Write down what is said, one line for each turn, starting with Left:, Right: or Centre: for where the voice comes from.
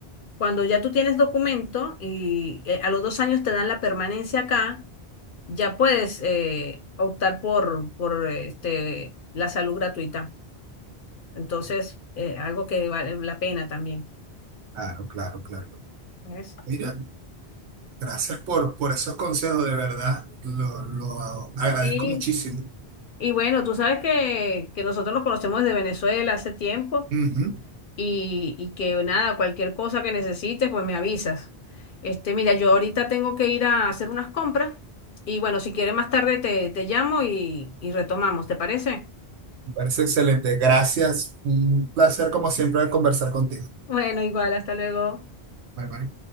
Left: cuando ya tú tienes documento y eh, a los dos años te dan la permanencia acá, ya puedes eh, optar por, por este, la salud gratuita. Entonces, eh, algo que vale la pena también.
Right: Claro, claro, claro.
Left: ¿ves?
Right: Mira, gracias por, por esos consejos, de verdad, lo, lo agradezco
Left: Sí,
Right: muchísimo.
Left: y bueno, tú sabes que, que nosotros nos conocemos desde Venezuela hace tiempo
Right: Ujú.
Left: y, y que nada, cualquier cosa que necesites, pues me avisas. Este, mira, yo ahorita tengo que ir a hacer unas compras y bueno, si quieres más tarde te, te llamo y, y retomamos, ¿te parece?
Right: Parece excelente. Gracias. Un placer, como siempre, conversar contigo.
Left: Bueno, igual, hasta luego.
Right: Bye bye.